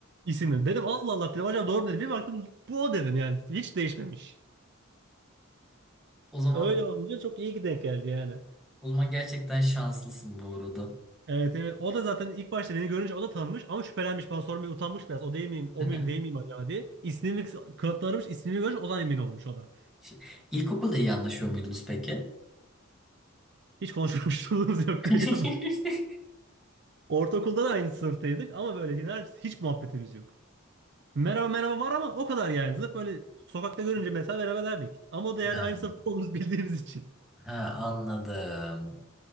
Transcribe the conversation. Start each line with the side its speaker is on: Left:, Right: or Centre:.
Right: İsimleri. Dedim Allah Allah dedim. Acaba doğru mu dedim. Bir baktım bu o dedim yani. Hiç değişmemiş.
Centre: O zaman
Right: Öyle olunca çok iyi ki denk geldi yani.
Centre: o zaman gerçekten şanslısın bu arada.
Right: Evet evet. O da zaten ilk başta beni görünce o da tanımış ama şüphelenmiş. Bana sormaya utanmış biraz. O değil miyim? O
Centre: <laughs>
Right: muyum değil miyim acaba diye. İsmimi kanıtlarmış. ismini görünce o zaman emin olmuş o da.
Centre: Şey- İlkokulda iyi anlaşıyor muydunuz peki?
Right: Hiç konuşmamışlığımız <laughs> yoktu
Centre: <laughs>
Right: biliyor musun? Ortaokulda da aynı sınıftaydık ama böyle hiç, hiç muhabbetimiz yok. Merhaba merhaba var ama o kadar yani. Zıp böyle sokakta görünce mesela merhaba derdik. Ama o da yani
Centre: Ha,
Right: aynı sınıfta olduğumuzu <laughs> bildiğimiz için.
Centre: ha, anladım.